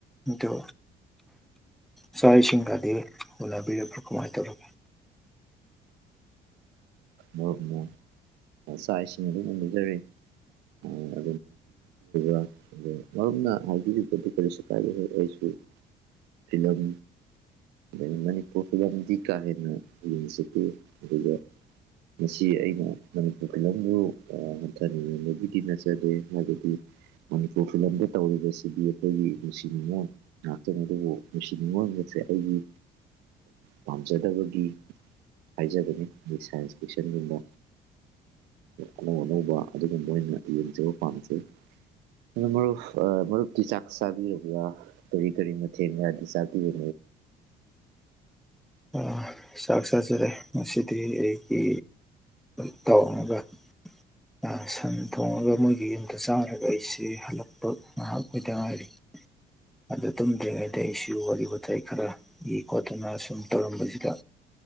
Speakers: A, in the centre; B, on the right (about 85°).
A: ꯑꯗꯨ ꯆꯥꯛ ꯏꯁꯤꯡꯒꯗꯤ ꯎꯅꯕꯤꯔꯕ꯭ꯔꯣ ꯀꯃꯥꯏꯅ ꯇꯧꯔꯒꯦ
B: ꯑꯣ ꯎꯝ ꯑꯥ ꯆꯥꯛ ꯏꯁꯤꯡꯗꯤ ꯎꯟꯅꯖꯔꯦ <unintelligible> ꯑꯥ ꯅꯪꯅ ꯍꯥꯏꯕꯤꯔꯤꯗꯨꯗꯤ ꯀꯔꯤꯁꯨ ꯀꯥꯏꯗꯦꯍꯦ ꯑꯩꯁꯨ ꯐꯤꯂꯝ ꯑꯩ ꯃꯅꯤꯄꯨꯔ ꯐꯤꯂꯝꯗꯤ ꯀꯥ ꯍꯦꯟꯅ ꯌꯦꯡꯖꯗꯦ ꯑꯗꯨꯒ ꯃꯁꯤ ꯑꯩꯅ ꯃꯅꯤꯄꯨꯔ ꯐꯤꯂꯝꯕꯨ ꯑꯥ ꯍꯟꯊꯅ ꯌꯦꯡꯕꯒꯤꯗꯤ ꯅꯠꯆꯗꯦ ꯍꯥꯏꯕꯗꯤ ꯃꯅꯤꯄꯨꯔ ꯐꯤꯂꯝꯗ ꯇꯧꯔꯤꯕꯁꯤꯗꯤ ꯑꯩꯈꯣꯏꯒꯤ ꯅꯨꯡꯁꯤ ꯅꯨꯡꯉꯣꯟ ꯉꯥꯛꯇꯅꯤ ꯑꯗꯨꯕꯨ ꯅꯨꯡꯁꯤ ꯅꯨꯡꯉꯣꯟꯃꯛꯁꯦ ꯑꯩꯒꯤ ꯄꯥꯝꯖꯗꯕꯒꯤ ꯍꯥꯏꯖꯕꯅꯤ ꯁꯥꯏꯟꯁ ꯐꯤꯛꯁꯟꯒꯨꯝꯕ ꯑꯅꯧ ꯑꯅꯧꯕ ꯑꯗꯨꯒꯨꯝꯕ ꯑꯣꯢꯅ ꯌꯦꯡꯖꯩ ꯄꯥꯝꯖꯩ ꯑꯗꯣ ꯃꯔꯨꯞ ꯑꯥ ꯃꯔꯨꯞꯇꯤ ꯆꯥꯛ ꯆꯥꯕꯤꯔꯕ꯭ꯔꯥ ꯀꯔꯤ ꯀꯔꯤ ꯃꯊꯦꯡꯒꯗꯤ ꯆꯥꯕꯤꯔꯦ
A: ꯑꯥ ꯆꯥꯛ ꯆꯥꯖꯔꯦ ꯉꯁꯤꯗꯤ ꯑꯩꯒꯤ ꯢꯇꯥꯎꯑꯃꯒ ꯑꯥ ꯁꯟ ꯊꯣꯡꯉꯒ ꯃꯣꯏꯒꯤ ꯌꯨꯝꯗ ꯆꯥꯔꯒ ꯑꯩꯁꯦ ꯍꯜꯂꯛꯄ ꯉꯥꯏꯍꯥꯛ ꯑꯣꯏꯗ ꯉꯥꯏꯔꯤ <inaudible> ꯑꯗꯨ ꯇꯨꯝꯗ꯭ꯔꯤꯉꯩꯗ ꯑꯩꯁꯨ ꯋꯥꯔꯤ ꯋꯥꯇꯥꯏ ꯈꯔ ꯏ ꯈꯣꯠꯇꯅ ꯁꯨꯝ ꯇꯧꯔꯝꯕꯁꯤꯗ